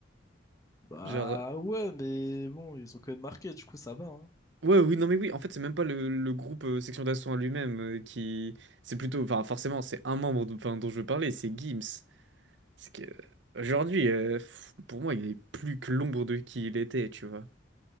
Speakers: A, on the left (about 20°); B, on the right (about 75°).
A: Bah
B: Genre.
A: ouais, mais bon, ils ont quand même marqué, du coup ça va, hein.
B: Ouais, oui, non, mais oui, en fait, c'est même pas le, le groupe euh, Section d'Assaut en lui-même euh, qui. C'est plutôt. Enfin, forcément, c'est un membre dont, enfin, dont je veux parler, c'est Gims. C'est que. Aujourd'hui, euh, pff, pour moi, il est plus que l'ombre de qui il était, tu vois.